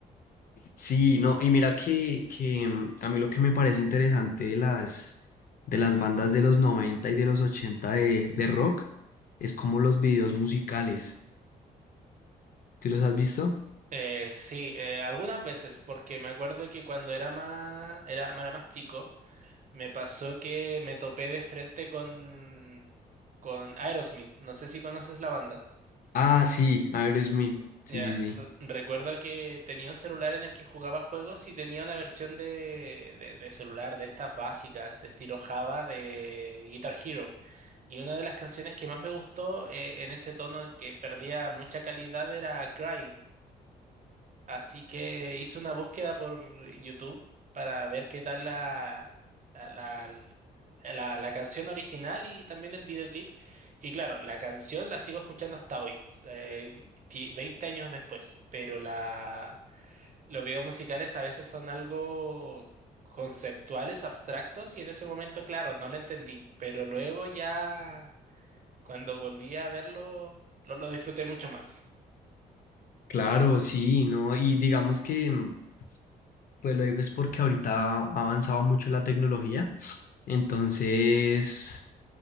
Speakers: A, on the left; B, on the right.
A: Sí, no, y mira que, que mm, a mí lo que me parece interesante de las, de las bandas de los 90 y de los 80 de, de rock es como los videos musicales. ¿Sí los has visto?
B: Eh, sí, eh, algunas veces, porque me acuerdo que cuando era más, era, era más chico, me pasó que me topé de frente con, con Aerosmith. No sé si conoces la banda.
A: Ah, sí, Aerosmith. Sí,
B: Ya,
A: sí, sí.
B: re- recuerdo que tenía un celular en el que jugaba juegos y tenía una versión de, de, de celular de estas básicas, de estilo Java, de Guitar Hero. Y una de las canciones que más me gustó, eh, en ese tono en que perdía mucha calidad era Crying. Así que hice una búsqueda por YouTube para ver qué tal la, la, la, la- la canción original y también el videoclip. Y claro, la canción la sigo escuchando hasta hoy, o sea, eh, ti- 20 años después, pero la, los videos musicales a veces son algo conceptuales, abstractos, y en ese momento, claro, no lo entendí, pero luego ya cuando volví a verlo, lo, lo disfruté mucho más.
A: Claro, sí, ¿no? Y digamos que, mm, pues lo digo es porque ahorita ha avanzado mucho la tecnología. Entonces,